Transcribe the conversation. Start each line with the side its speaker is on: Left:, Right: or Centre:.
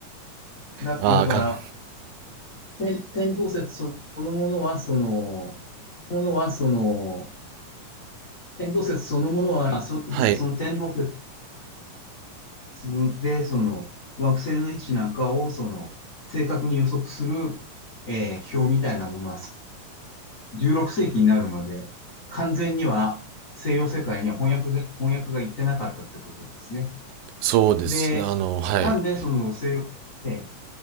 Left: だ、
Right: ああ、
Left: だから、
Right: かん、
Left: 天天動説そのものは、その、はその、天動説そのものは、そそその天動説
Right: はい。
Left: 自分で、その惑星の位置なんかをその正確に予測する、えー表みたいなものは16世紀になるまで完全には西洋世界には翻訳が、翻訳が行ってなかったってことですね。
Right: そうです。
Left: で、
Right: あの、はい。
Left: なんでその西洋、えー